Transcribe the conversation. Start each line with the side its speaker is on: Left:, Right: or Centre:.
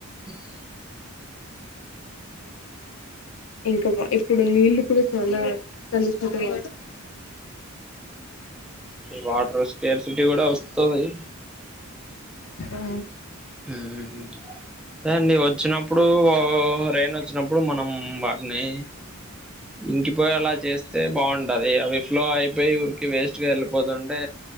Centre: <inaudible>
Left: ఇంకా ఇప్పుడు నీళ్లు కూడా చాలా కలుషత <inaudible>
Centre: వాటర్ స్కేర్సిటీ కూడా వస్తుంది
Left: ఆ
Centre: మ్మ్ అదండి వచ్చినప్పుడు రెయిన్ వచ్చినప్పుడు మనం వాటిని ఇంకిపోయి అలా చేస్తే బాగుంటది అవి ఫ్లో అయిపోయి ఊరికె వేస్ట్ గా వెళ్ళిపోతుంటే